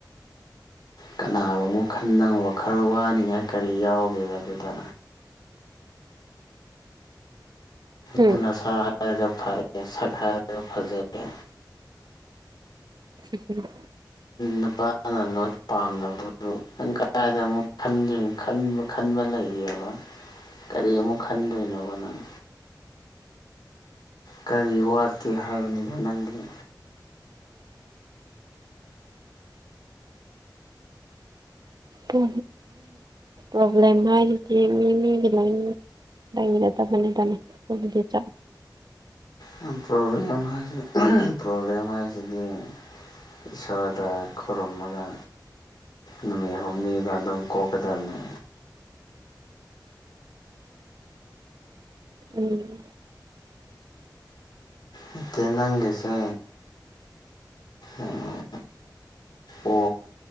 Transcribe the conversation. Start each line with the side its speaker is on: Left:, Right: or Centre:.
Left: ꯀꯅꯥꯒꯃꯨꯛ ꯈꯟꯗꯅ ꯋꯈꯜ ꯋꯥꯅꯤꯡꯉꯥꯏ ꯀꯔꯤ ꯌꯥꯎꯒꯦꯕ ꯑꯗꯨꯗ
Right: ꯎꯝ
Left: ꯅꯪ ꯅꯁꯥ ꯍꯥꯏꯔ ꯐꯔꯦ ꯁꯛ ꯍꯥꯏꯔ ꯐꯖꯔꯦ
Right: ꯍꯨ ꯍꯨꯝ
Left: ꯅꯨꯄꯥꯅ ꯂꯣꯏ ꯄꯥꯝꯅꯕꯕꯨ ꯅꯪ ꯀꯥꯏꯗ ꯑꯃꯨꯛ ꯈꯟꯗꯨ ꯈꯟꯕ ꯈꯟꯕ ꯂꯩꯌꯦꯕ ꯀꯔꯤ ꯑꯃꯨꯛ ꯈꯟꯗꯣꯏꯅꯣꯕ ꯅꯪ ꯀꯔꯤ ꯋꯥꯠꯀꯦ ꯍꯥꯏꯕꯅꯤꯗ ꯅꯪꯒꯤ
Right: ꯄ꯭ꯔꯣ ꯄ꯭ꯔꯣꯕ꯭ꯂꯦꯝ ꯍꯥꯏꯗꯨꯗꯤ ꯃꯤꯃꯤꯒꯤ ꯂꯩ <unintelligible>
Left: ꯍꯨꯝ ꯄ꯭ꯔꯣꯕ꯭ꯂꯦꯜ ꯄ꯭ꯔꯣꯕ꯭ꯂꯦꯜ ꯍꯥꯏꯁꯤꯗꯤ ꯏꯁꯣꯔꯗ ꯈꯨꯔꯨꯝꯃꯒ ꯅꯨꯃꯤꯠ ꯍꯨꯝꯅꯤꯗ ꯑꯗꯨꯝ ꯀꯣꯛꯀꯗꯕꯅꯤ
Right: ꯎꯝ
Left: ꯅꯠꯇꯦ ꯅꯪꯒꯤꯁꯦ ꯎꯝ ꯑꯣ